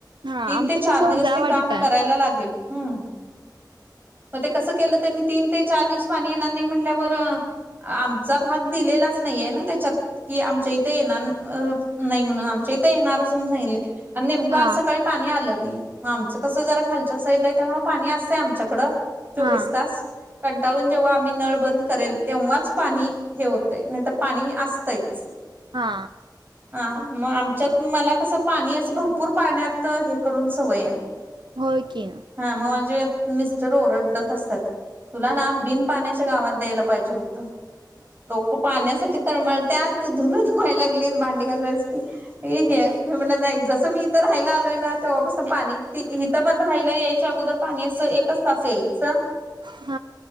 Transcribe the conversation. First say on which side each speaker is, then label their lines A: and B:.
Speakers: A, on the right; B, on the right.
A: हा
B: तीन
A: आमचं
B: ते चार
A: तसं
B: दिवस
A: उजाळवाडीत
B: ते काम
A: आहे
B: करायला लागेल. हम् मग ते कसं केलं त्यांनी तीन ते चार दिवस पाननानी म्हल्यावर आमचा भाग दिलेलाच नाहीये ना त्याच्यात की आमच्या इथे येणार अ नाही म्हणून आमच्या इथे येणारच म्हणून सांगितले आणि नेमकं
A: हा
B: आज सकाळी पाणी आलं नाही मग आमचं कसं जरा खालच्या साईडला आहे त्यामुळ पाणी असतंय आमच्याकडं. चोवीस
A: हा
B: तास कंटाळून जेव्हा आम्ही नळ बंद करेल तेव्हाच पाणी हे होतय नाही तर पाणी असतंयच.
A: हा
B: हा मग आमच्यात मला कसं पाणी असं भर पूर पाण्यात हे करून सवय हाय.
A: हो की.
B: हा मग माझे मिस्टर ओरडतात असं. तुला ना बिन पाण्याच्या गावात द्यायला पाहिजे होतं डोकं पाण्यासाठी तळमळत्यात तू धुूनं धुवायला लागलीस भांडी घासायला हे मी म्हण नाही जसं मी इथं राहायला आलोय ना तेव्हापासून पाणी इथं पण राहायला यायच्या अगोदर पाणी असं एकच तास यायचं.
A: ह